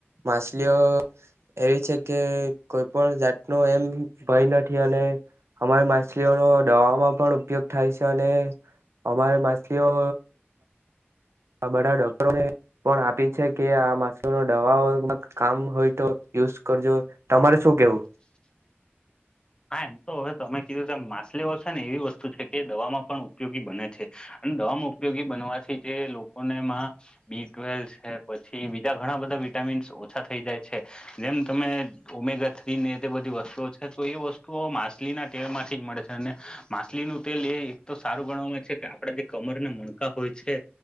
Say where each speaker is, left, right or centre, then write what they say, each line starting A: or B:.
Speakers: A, on the right; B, on the left.
A: માછલીઓ એવી છે, કે કોઈ પણ જાતનો એમ ભય નથી, અને અમારી માછલીઓનો, દવામાં પણ ઉપયોગ થાય છે, અને અમારે માછલીઓ આ બધા ડોક્ટરોને પણ આપી છે, કે આ માસુ નો દવા કામ હોય, તો યુઝ કરજો તમારે શું કેવુ
B: હા, એમ તો હવે તમે કીધું ત માછલી ઓછન એવી વસ્તુ છે. કે દવામાં પણ ઉપયોગી બને છે તમામ ઉપયોગી બનવા છે. જે લોકોને એમાં બી ટવેલ છે, પછી બીજા ઘણા બધા વિટામીન્સ ઓછા થઈ જાય છે, જેમ તમે ઓમેગા થ્રી ને એ બધી વસ્તુઓ છે, તો એ વસ્તુઓ માછલી ના તેલ માંથી જ મળે છે, અને માછલી નું તેલ એ એક સારું ગણ છે, કે આપણે જે કમરને મણકા હોય છે,